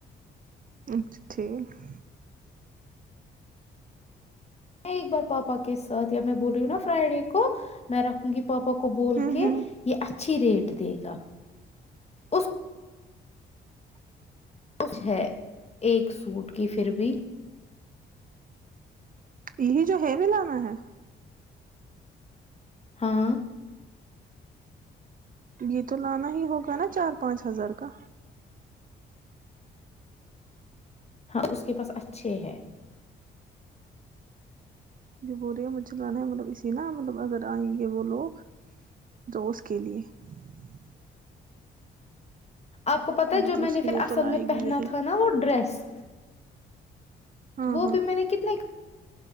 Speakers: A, on the right; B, on the left.
A: ا چ ٹھیک <unintelligible>
B: میں ایک بار پاپا کے ساتھ یا میں بول رہی ہوں نا فرائیڈے کو میں رکھوں گی <unintelligible> پاپا کو بول
A: ہوں
B: کے
A: ہوں
B: یہ اچھا <unintelligible> اچھی ریٹ دے گا اس <unintelligible> خوش ہے ایک سوٹ کی پھر بھی <unintelligible>
A: یہی جو ہے بھی لانا ہے <unintelligible>
B: ہاں <unintelligible>
A: یہ تو لانا ہی ہوگا نا چار پانچ ہزار کا
B: ہاں اس کے پاس اچھے ہیں <unintelligible>
A: جو بول رہے ہے مجھ لانا ہے مطلب اسی نا مطلب اگر آئیں گے وہ لوگ تو اس کے لیے <unintelligible>
B: آپ کو پتہ
A: ہ
B: ہے جو میں
A: اس
B: نے
A: کے
B: پھر
A: لیے
B: اصل
A: تو لائے
B: میں پہنا
A: گی یہی
B: تھا نا وہ ڈریس <unintelligible>
A: ہاں
B: وہ
A: ہاں
B: بھی میں نے کتنے <unintelligible>